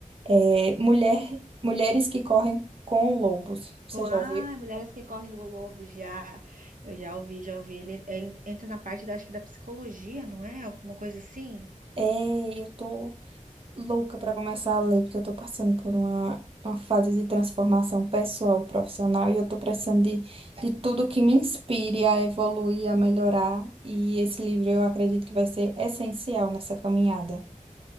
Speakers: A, on the right; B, on the right.
A: eh, Mulher, Mulheres que Correm com Lobos. Você
B: Com- Ai,
A: já ouviu?
B: mulheres que correm do lobo, já. Eu já ouvi, já ouvi. Ele, ele entra na parte da, acho que da psicologia, não é? Alguma coisa assim.
A: É, eu tô louca para começar a ler, porque eu tô passando por uma, uma fase de transformação pessoal e profissional, e eu tô precisando de, de tudo que me inspire a evoluir, a melhorar, e esse livro eu acredito que vai ser essencial nessa caminhada.